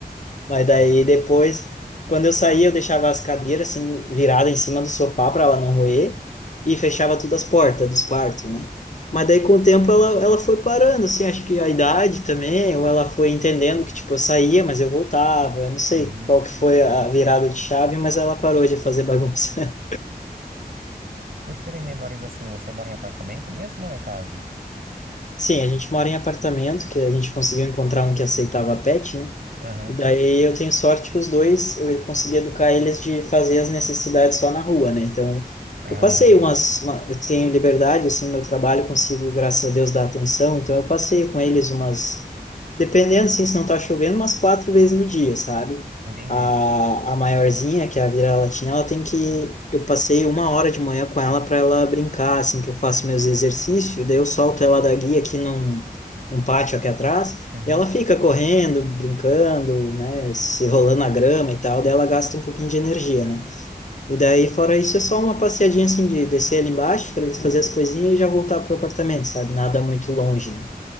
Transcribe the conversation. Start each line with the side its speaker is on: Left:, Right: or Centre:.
Left: Mas
Right: É.
Left: daí depois, quando eu saía, eu deixava as cadeiras assim virada em cima do sofá para ela não roer e fechava todas as portas dos quartos, né? Mas daí com o tempo ela, ela foi parando, assim, acho que a idade também, ou ela foi entendendo que tipo eu saía, mas eu voltava, eu não sei
Right: Uhum.
Left: qual que foi a virada de chave, mas ela parou de fazer bagunça.
Right: Por serem menores assim, você mora em apartamento mesmo ou é casa?
Left: <laughs> Sim, a gente mora em apartamento, que a gente conseguiu encontrar um que aceitava pet, né?
Right: Aham.
Left: Daí eu tenho sorte que os dois, eu consegui educar eles de fazer as necessidades só na rua, né? Então,
Right: Ah,
Left: eu passei umas, uma, eu tenho liberdade, assim, meu trabalho, consigo, graças a Deus, dar atenção, então eu passei com eles umas, dependendo, assim, se não tá chovendo, umas quatro vezes no dia, sabe?
Right: entendi.
Left: A, a maiorzinha, que é a vira-latinha, ela tem que, eu passei uma hora de manhã com ela para ela brincar, assim, que eu faço meus exercícios, daí eu solto ela da guia aqui num, num pátio aqui atrás,
Right: Uhum.
Left: e ela fica correndo, brincando, né, se rolando na grama e tal, daí ela gasta um pouquinho de energia, né? E daí, fora isso, é só uma passeadinha assim de descer ali embaixo para ele fazer as coisinhas e já voltar para o apartamento, sabe? Nada muito longe, né?